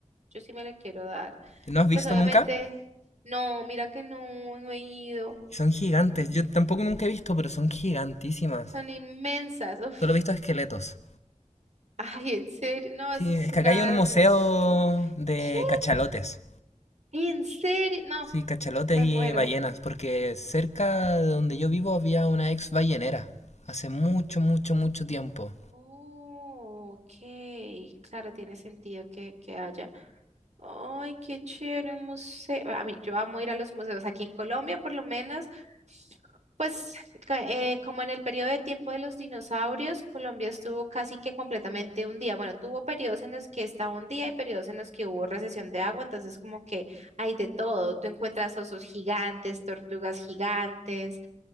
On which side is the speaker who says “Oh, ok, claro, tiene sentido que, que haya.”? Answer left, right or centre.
Right